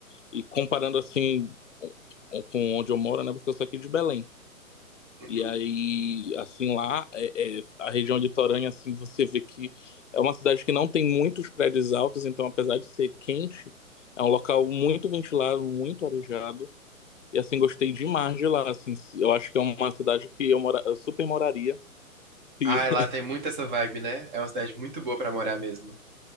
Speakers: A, on the left; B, on the right.
A: E comparando assim com onde eu moro, né? Porque eu sou aqui de Belém.
B: Uhum.
A: E aí, assim, lá, é, é, a região de litorânea, assim, você vê que é uma cidade que não tem muitos prédios altos, então, apesar de ser quente, é um local muito ventilado, muito arejado. E, assim, gostei demais de lá, assim. Eu acho que é uma cidade que eu, mora, eu super moraria. E
B: Ai,
A: <laughs>
B: lá tem muito essa vibe, né? É uma cidade muito boa pra morar mesmo.